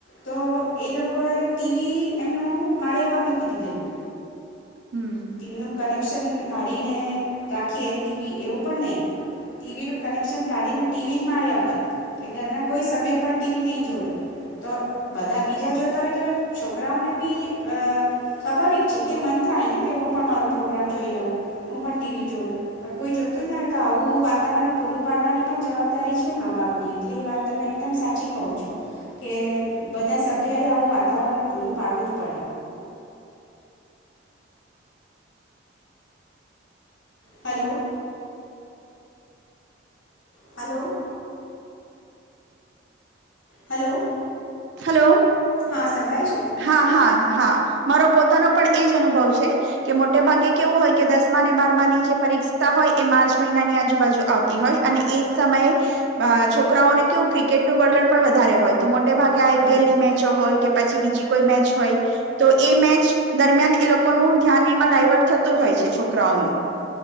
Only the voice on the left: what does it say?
તો એ લોકોએ ટીવી એમનું મારે પર મૂકી દીધેલું.
ટીવી નું કનેક્શન કાઢીને રાખીએ ટીવી એવું પણ નહીં ટીવીનું કનેક્શન કાઢીને ટીવી જ માળ્યા પર કે ઘરના કોઈ સભ્ય પણ ટીવી નહીં જોવે તો બધા બીજા જોતા હોય તો છોકરાઓને બી સ્વાભાવિક છે કે મન થાય ને. કે હું પણ મારો પ્રોગ્રામ જોઈ લઉં હું પણ ટીવી જોઉં પણ કોઈ જોતું જ ના હોય તો આવું વાતાવરણ પૂરું પાડવાની પણ જવાબદારી છે મા બાપની એટલે એ વાત તમે એકદમ સાચી કહો છો કે બધા સભ્યએ આવું વાતાવરણ પૂરું પાડવું જ પડે. હલો. હલો. હલો.
હા. સંભળાય છે
હમ